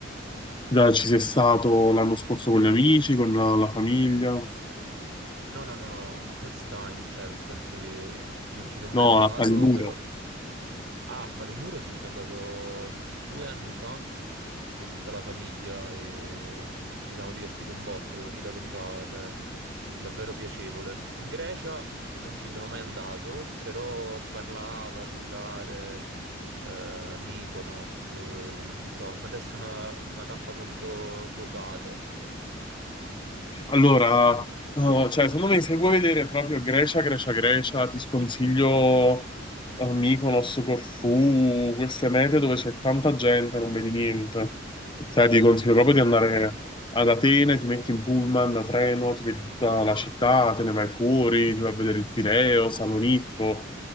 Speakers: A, on the left (about 25°); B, on the right (about 65°).
A: Già ci sei stato l'anno scorso con gli amici, con la la famiglia.
B: No, no, no, no, first time, cioè nel senso che non ci sono
A: No,
B: mai andato,
A: a Palinuro.
B: però... Ah, a Palinuro sì, sono andato due anni fa con tutta la famiglia e ci siamo divertiti un botto, devo dire la verità, cioè davvero piacevole. In Grecia non ci sono mai andato, però si parlava di andare, eh, Mykonos, eh, non so, <laughs> adesso è una, una tappa molto quotata,
A: Allora, no, cioè, secondo me se vuoi vedere proprio Grecia, Grecia, Grecia, ti sconsiglio eh, Mykonos, Corfù, queste mete dove c'è tanta gente, non vedi niente. Cioè, ti consiglio proprio
B: ok?
A: di andare ad Atene, ti metti in pullman, a treno, ti vedi tutta la città, te ne vai fuori, ti vai a vedere il Pireo, Salonicco,